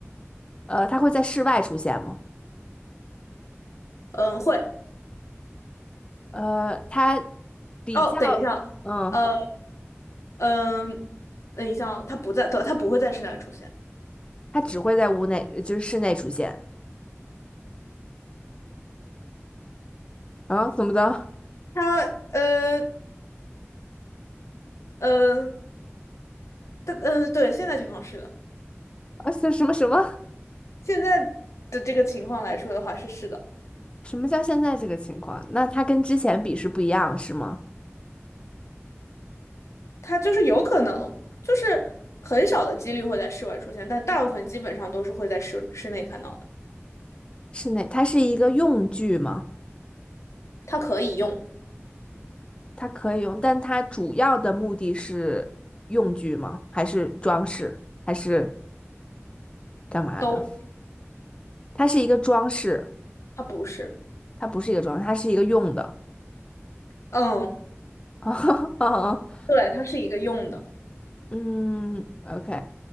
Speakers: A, on the left; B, on the left.
A: 呃，它会在室外出现吗？
B: 嗯会。
A: 呃，它比较，
B: 哦，等一下。
A: 嗯，
B: 呃，嗯，等一下哦，它不在，它它不会在室外出现。
A: 它只会在屋内，就是室内出现。啊，怎么的？
B: 它呃呃，它嗯，对，现在情况是的，
A: 啊，什什么什么？
B: 现在的这个情况来说的话是是的，
A: 什么叫现在这个情况？那它跟之前比是不一样，是吗？
B: 它就是有可能，就是很少的几率会在室外出现，但大部分基本上都是会在室室内看到的。
A: 室内，它是一个用具吗？
B: 它可以用，
A: 它可以用，但它主要的目的是用具吗？还是装饰？还是干嘛的？
B: 都，
A: 它是一个装饰，
B: 它不是，
A: 它不是一个装饰，它是一个用的。
B: 嗯，
A: <laughs>
B: 对，它是一个用的，
A: 嗯，OK，